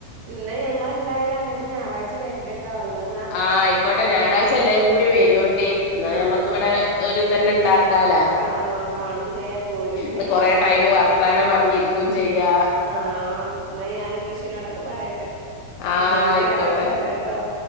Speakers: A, on the right; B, on the left.
A: ഇന്നാ ഞങ്ങളെന്തായാലും അങ്ങട്ട് ഞായറാഴ്ച വെര്ണ്ട്ട്ടോ ഇങ്ങളെ
B: ആഹ് ആയിക്കോട്ടെ ഞായറാഴ്ച എല്ലാരും കൂടി വരോണ്ടി ന്നാ
A: ആഹ്
B: നമ്മക്ക് ഇവിടെ ഒരു ഇത്തന്നെ ഇണ്ടാക്കാലാ
A: കാ ആഹ് കാണും ചെയ്യാ കൂടും ചെയ്യാ.
B: ന്ന് കൊറെ ടൈം വർത്താനം പറഞ്ഞിരിക്കും ചെയ്യാ
A: ആഹ് ന്നാ ഞാൻ ഇമ്മഷിനോടൊക്കെ പറയട്ടെ
B: ആ
A: ഞങ്ങ
B: ആയിക്കോട്ടെ
A: ഞായറാഴ്ച വെരട്ടോ